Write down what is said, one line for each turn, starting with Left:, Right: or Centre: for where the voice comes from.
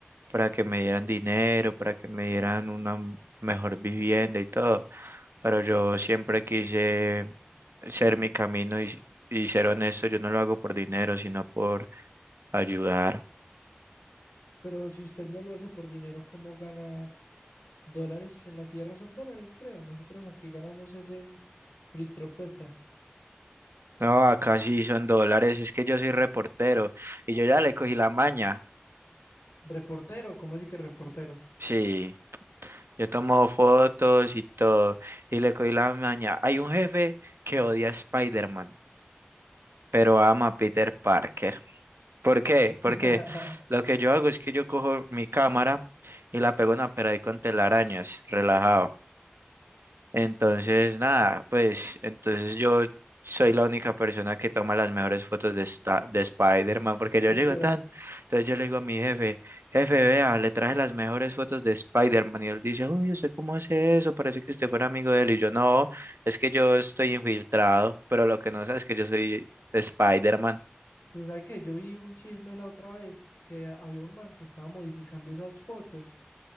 Right: para que me dieran dinero, para que me dieran una m- mejor vivienda y todo. Pero yo siempre quise ser mi camino y, y ser honesto, yo no lo hago por dinero, sino por ayudar.
Left: pero si usted no lo hace por dinero, ¿cómo gana dólares? En la tierra son dólares, creo. Nosotros aquí ganamos es en Pritropletra.
Right: No, acá sí son dólares, es que yo soy reportero y yo ya le cogí la maña.
Left: Reportero, ¿cómo así que reportero?
Right: Sí, yo tomo fotos y todo y le cogí la maña. Hay un jefe que odia a Spider-Man, pero ama a Peter Parker. ¿Por qué?
Left: <laughs>
Right: Porque lo que yo hago es que yo cojo mi cámara y la pego en una pared con telarañas, relajado. Entonces, nada, pues entonces yo soy la única persona que toma las mejores fotos de, esta- de Spider-Man porque yo
Left: Literal.
Right: llego tan. Entonces yo le digo a mi jefe, jefe, vea, le traje las mejores fotos de Spider-Man y él dice, uy, ¿usted cómo hace eso? Parece que usted fuera amigo de él y yo no, es que yo estoy infiltrado, pero lo que no sabe es que yo soy Spider-Man.
Left: Pero ¿sabe qué? Yo vi un chisme la otra vez que había un man que estaba modificando esas fotos.